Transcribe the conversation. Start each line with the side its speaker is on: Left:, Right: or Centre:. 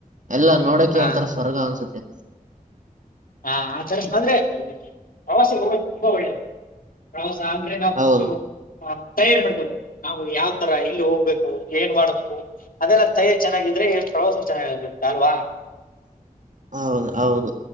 Right: ಎಲ್ಲಾ ನೋಡಕ
Left: ಹಾ
Right: ಒಂಥರ ಸ್ವರ್ಗ ಅನ್ಸುತ್ತೆ
Left: ಹ ಆ ತರ ಅಂದ್ರೆ ಪ್ರವಾಸ ತುಂಬಾ ಒಳ್ಳೇದುವ ಅಂದ್ರೆ ನಾವುಷ್ಟು
Right: ಹೌದು
Left: ತಯಾರಿ ಮಾಡಟ್ಟು ನಾ್ ಯಾವ್ ತರ ಇಲ್ಲಿ ಹೋಗ್ಬೇಕು ಏನ್ ಮಾಡ್ಬೇಕು ಅದೆಲ್ಲ ತಯಿ ಚೆನ್ನಾಗಿದ್ರೆ ಪ್ರವಾಸ ಚೆನ್ನಾಗು ನಲ್ವಾ
Right: ಹೌದು ಹೌದು